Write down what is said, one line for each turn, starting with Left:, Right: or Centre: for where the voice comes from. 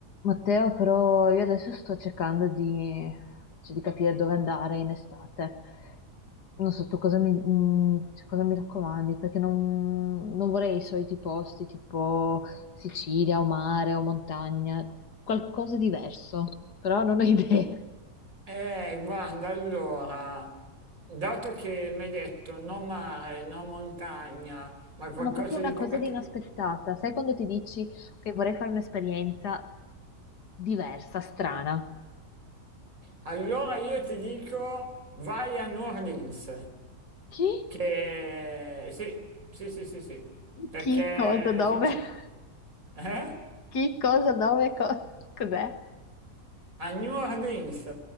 Left: Matteo, però io adesso sto cercando di, cioè, di capire dove andare in estate. Non so tu cosa mi, mm, cioè, cosa mi raccomandi, perché non, non vorrei i soliti posti tipo Sicilia o mare o montagna, qualcosa di diverso, però non ho <laughs> idee.
Right: Eh, guarda, allora, dato che mi hai detto no mare, no montagna, ma qualcosa
Left: Ma proprio una
Right: di un
Left: cosa
Right: po' particolare,
Left: di inaspettata. Sai quando ti dici che vorrei fare un'esperienza diversa, strana?
Right: allora io ti dico vai a New Orleans,
Left: Chi?
Right: che sì, sì, sì, sì, sì, perché
Left: Chi cosa dove?
Right: sincer-
Left: <laughs>
Right: eh?
Left: Chi cosa dove? co- cos'è?
Right: A New Orleans,